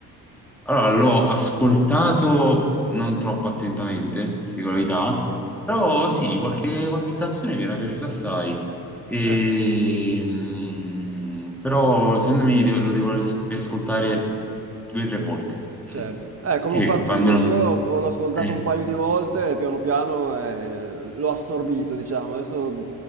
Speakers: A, in the centre; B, on the right (about 40°).
A: Allora, l'ho ascoltato non troppo attentamente, ti dico la verità, però sì, qualche, qualche canzone mi era piaciuta assai. E,
B: Eh.
A: mm, però secondo me de- lo devo ris- riascoltare due o tre volte.
B: Certo,
A: <laughs>
B: eh, come
A: Sì,
B: ho fatto
A: quando...
B: io,
A: no,
B: io ho- l'ho ascoltato
A: eh,
B: un paio di volte e piano piano eh, l'ho assorbito, diciamo, adesso